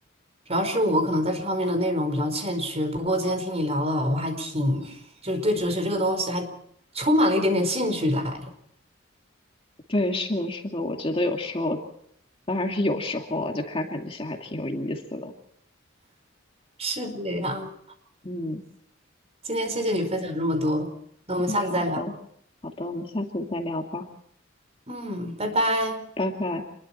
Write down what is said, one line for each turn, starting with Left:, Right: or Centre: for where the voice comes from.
Right: 主要是我可能在这方面的内容比较欠缺，不过今天听你聊了，我还挺，就是对哲学这个东西还充满了一点点兴趣来着。
Left: 对，是的，是的，我觉得有时候，当然是有时候啊，就看看这些还挺有意思的。
Right: 是这样，
Left: 嗯
Right: 今天谢谢你分享这么多，那我们下次再聊。
Left: 嗯，好的，好的，我们下次再聊吧，
Right: 嗯，拜拜。
Left: 拜拜。